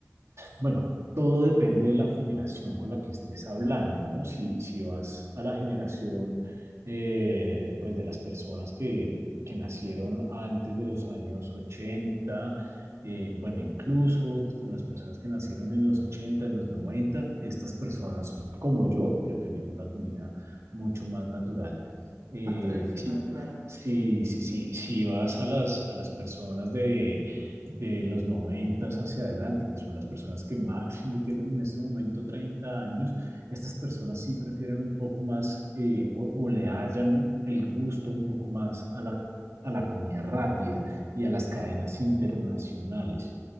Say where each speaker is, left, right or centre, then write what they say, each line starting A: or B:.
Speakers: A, on the right; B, on the right.
A: Bueno, todo depende de la generación con la que estés hablando, ¿no? Si, si vas a la generación, eh, pues de las personas que, que nacieron antes de los años 80, eh, bueno, incluso con las personas que nacieron en los 80, en los 90, estas personas, como yo, preferimos la comida mucho más natural. Eh,
B: Más tradicional,
A: sí,
B: claro.
A: sí, sí, sí, si vas a las, a las personas de de los noventas hacia adelante, que son las personas que máximo tienen en este momento 30 años, estas personas sí prefieren un poco más eh, o, o, le hallan el gusto un poco más a la, a la comida rápida y a las cadenas internacionales.